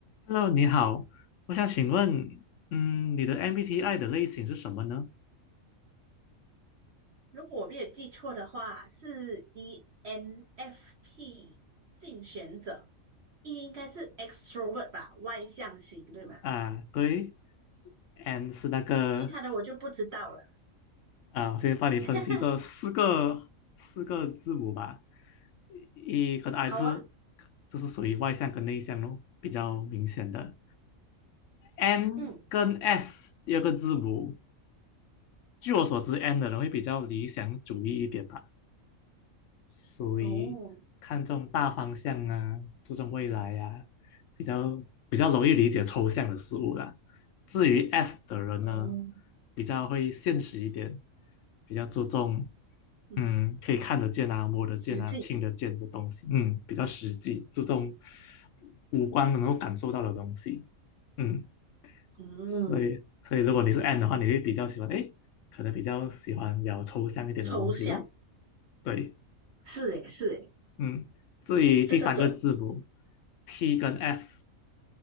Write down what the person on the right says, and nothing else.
如果我没有记错的话，是 ENFP 竞选者，E 应该是 extrovert 吧，外向型，对吗？
其他的我就不知道了。
<laughs>
好啊，
嗯，
哦，
哦，
嗯，
实际，
嗯，
抽象，
是诶，是诶，
这个准。